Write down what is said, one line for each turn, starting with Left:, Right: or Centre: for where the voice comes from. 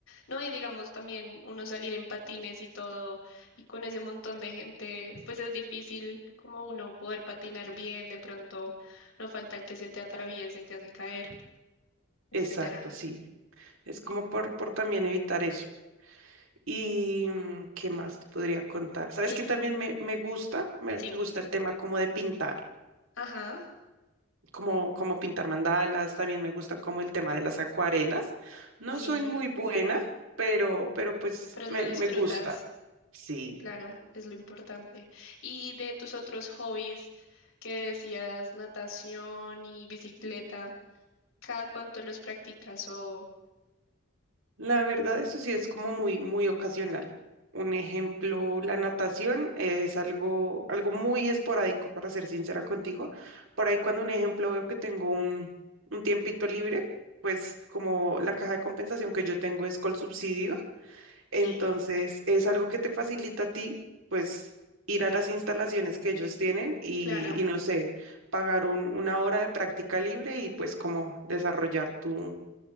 Left: No, y digamos también uno salir en patines y todo, y con ese montón de gente, pues es difícil como uno poder patinar bien, de pronto no falta el que se te atraviese y te hace caer, etcétera.
Right: Exacto, sí. Es como por, por también evitar eso. ¿Y mm, qué más te podría contar? ¿Sabes
Left: Y
Right: que también me, me gusta? Me
Left: sí,
Right: gusta el tema como de pintar.
Left: ajá,
Right: como, como pintar mandalas, también me gusta como el tema de las acuarelas. No
Left: sí,
Right: soy muy buena, pero, pero pues
Left: pero
Right: me,
Left: lo disfrutas.
Right: me gusta. Sí,
Left: Claro, es lo importante. Y de tus otros hobbies que decías, natación y bicicleta, ¿cada cuánto los practicas? O
Right: la verdad eso sí es como muy, muy ocasional. Un ejemplo, la natación es algo, algo muy esporádico, para ser sincera contigo. Por ahí cuando un ejemplo veo que tengo un, un tiempito libre, pues como la caja de compensación que yo tengo es Colsubsidio, Entonces,
Left: sí,
Right: es algo que te facilita a ti, pues, ir a las instalaciones que ellos tienen y,
Left: claro,
Right: y no sé, pagar un- una hora de práctica libre y pues como desarrollar tu,